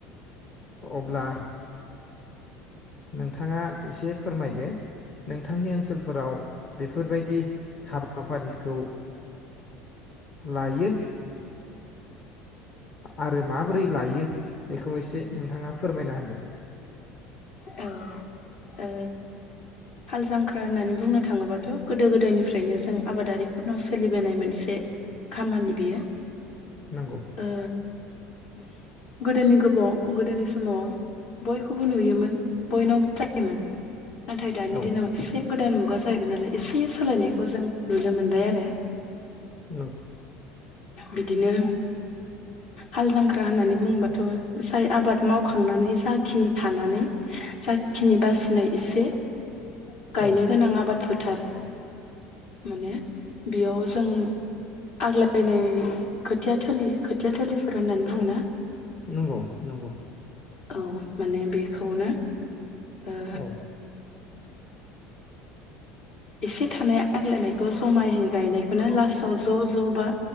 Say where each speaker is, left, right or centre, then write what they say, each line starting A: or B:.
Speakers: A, on the left; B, on the left.
A: अब्ला नोंथाङा एसे फोरमायदो नोंथांनि ओनसोलफोराव बेफोरबायदि हाबाफारिखौ लायो। आरो माबोरै लायो बेखौ एसे नोंथाङा फोरमायना होदो?
B: औ ओ। हाल जांख्रा होननानै बुंनो थाङोबाथ गोदो गोदायनिफ्रायनो जों आबादारिफोरनाव सोलिबोनाय मोनसे खामानि बियो।
A: नंगौ। <inaudible>
B: ओ गोदोनि गोदोनि समाव बयखौबो नुयोमोन बयनावबो जायोमोन। नाथाय दानि
A: औ
B: दिनाव एसे गोदान मुगा जाहैबाय नालाय एसे सालायनायखौ जों नुनो मोनबाय आरो।
A: न <inaudible>
B: बिदिनो हाल जांख्रा होननानै बुङबाथ जाय आबाद मावखांनानै जाखिनि थानानै जाखिनि बासिनाय एसे गायनो
A: औ
B: गोनां आबाद फोथार माने बेयाव जों आग्लायनाय खोथिया थिलि। खोथिया थिलिफोर होननानै बुङोना
A: नंगौ नंगौ।
B: औ माने बेखौनो ओ
A: औ
B: एसे थानाय आग्लायनायखौ जमायै गायनायखौनो लास्टाव ज ज बा